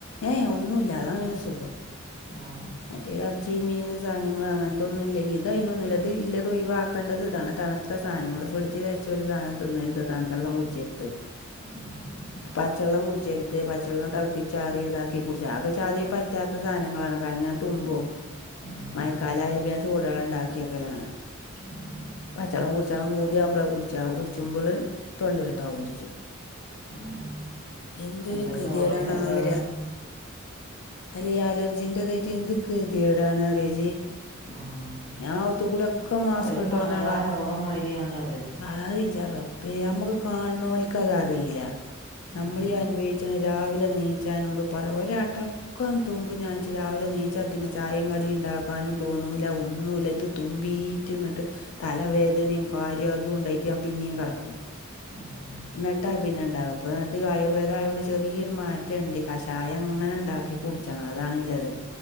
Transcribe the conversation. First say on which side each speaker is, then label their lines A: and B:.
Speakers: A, on the left; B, on the left.
A: ഏ ഏ ഒന്നൂല്ല. അതാണ് പിന്നെ സുഖം
B: ആഹ്.
A: മറ്റേ എർച്ചി, മീന് സാനങ്ങള് അങ്ങൻത്തൊന്നുല്ലെങ്കി തയ്നൊന്നുല്ല്യ. ത് ഇല്ലത് ഒയിവാക്കണ്ടത് താണ്. തണ്ത്ത സാനങ്ങള്, ഫ്രഡ്ജില് വെച്ചൊരു സാനം തിന്നര്ത്. തണ്ത്തള്ളം കുട്ച്ചെര്ത്.
B: ഉം ഉം
A: പച്ചള്ളം കുടി ച്ചെര്ത് പച്ചള്ളം തെൾപ്പിച്ചാറിയതാക്കി കുട്ച്ച ആകെ ചാതി പറ്റാത്ത സാനങ്ങളാണ് കാര്ണം നാൻ തുമ്പും.
B: ഉം
A: മയക്കാലായ പിന്നെ ചൂടെള്ളണ്ടാക്കിക്കലാണ്.
B: ഉം ഉം
A: പച്ചള്ളം കുട്ച് ച്ചാ പൂതിയാവ്മ്പളാ കുട്ച്ചാ, കുട്ച്ചുമ്പള് തൊണ്ടെലെര്താവും ചെജും.
B: ഉം
A: എന്തൊരു
B: എന്താ
A: കെത്യേടാണാ
B: ചോറ്ക്ക് എന്താന്ന്
A: ആ ഒരാ അല്ലീ ഈ അലർജിന്റെതെയ്ട്ട് എന്ത് കെ ത്യേടാണറിയോജി.
B: ആഹ്
A: ഞാ ഔ ഔത്തു കൂടൊക്ക മാസ്ക്
B: അതൊരു
A: ട്ടോണ്ടാളാ
B: മാറാ രോഗം മാതിരിയാണല്ലത്
A: ആഹ് ൻ്റെ റബ്ബേ അമ്മക്ക് കാൺണോൽക്കതറീലാ.
B: ഉം
A: നമ്മളീ അൻഭവിച്ച്ണ രാവിലെ അത് നീച്ചാനോട് പറ ഒരാട്ടം. ക്കം തുമ്പും ഞാൻച്ച് രാവിലെ നീച്ചാ പിന്നെ ചായേം കടിണ്ടാക്കാനും തോണൂല്ല ഒന്നുല്ലത് തുമ്പീറ്റ്ന്നട്ട് തലവേദനിം കൊരിം അതുണ്ടായ്റ്റ് ഞാൻ പിന്നിം കെടക്കും.
B: ഉം
A: ന്നട്ടാ പിന്നെണ്ടാവ പ്പന്നെട്ട് ഈ ആയുർവേദായോണ്ട് ചെറിയൊര് മാറ്റണ്ട്. കഷായങ്ങനെണ്ടാക്കി കുട്ച്ചണം അതാണ്ല്ലെത്.